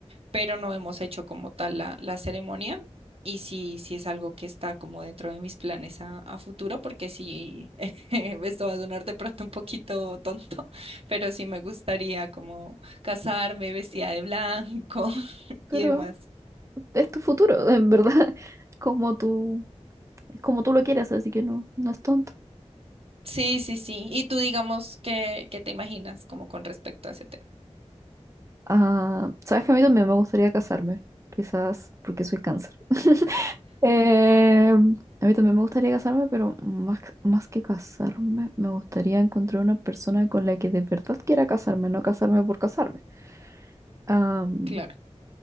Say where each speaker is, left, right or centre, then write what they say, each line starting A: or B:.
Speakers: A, on the right (about 55°); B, on the right (about 25°).
A: pero no hemos hecho como tal la, la ceremonia y sí, sí es algo que está como dentro de mis planes a, a futuro, porque sí, <laughs> esto va a sonar de pronto un poquito tonto, pero sí me gustaría como casarme vestida de blanco <laughs>
B: Mm. Pero
A: y demás.
B: es tu futuro, en verdad, <laughs> como tú, es como tú lo quieres, así que no, no es tonto.
A: Sí, sí, sí. Y tú digamos que, que te imaginas como con respecto a ese tema.
B: Ah, sabes que a mí también me gustaría casarme, quizás porque soy cáncer. <laughs> Eh, a mí también me gustaría casarme, pero más, más que casarme, me gustaría encontrar una persona con la que de verdad quiera casarme, no casarme por casarme. Am,
A: Claro.